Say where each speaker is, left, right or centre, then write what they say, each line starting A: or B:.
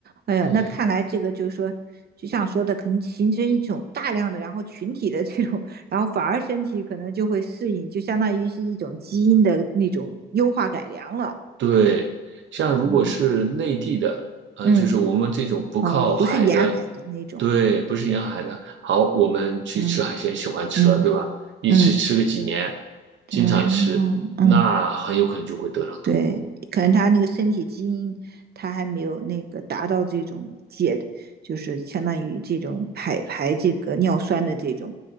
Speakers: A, on the right; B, on the right.
A: 哎呀，
B: 对
A: 那看来这个就是说，就像说的，可能形成一种大量的，然后群体的这种，然后反而身体可能就会适应，就相当于是一种基因的那种优化改良了。
B: 对，像如果是内地的，
A: 嗯
B: 呃，
A: 嗯，
B: 就是我们这种不靠海的，
A: 哦，不是沿海的那种。
B: 对，不是沿海的。好，我们去吃海鲜，
A: 嗯
B: 喜欢吃了，
A: 嗯
B: 对吧？一吃吃个几年，
A: 嗯，对啊，
B: 经常吃，那很有可能就会得上痛风。
A: 嗯对，可能他那个身体基因，他还没有那个达到这种解，就是相当于这种排排这个尿酸的这种